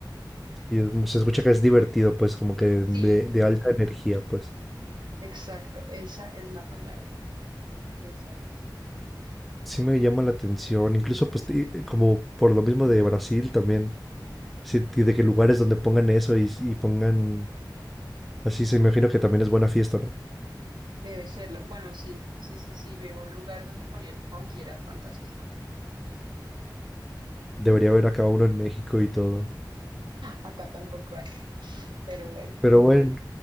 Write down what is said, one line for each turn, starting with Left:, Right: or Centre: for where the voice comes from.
Centre: Y es- se escucha que es divertido, pues, como que de,
Right: Sí,
Centre: de alta energía, pues.
Right: exacto, esa es la palabra, esa es.
Centre: Sí me llama la atención, incluso pues te- como por lo mismo de Brasil también. Sí, y de que lugares donde pongan eso y, y pongan así, se imagino que también es buena fiesta, ¿no?
Right: Debe serlo. Bueno, sí, sí, sí, sí, yo iba a un lugar donde ponían funk y era fantástico.
Centre: Debería haber acá uno en México y todo.
Right: Acá tampoco hay, pero bueno.
Centre: Pero bueno.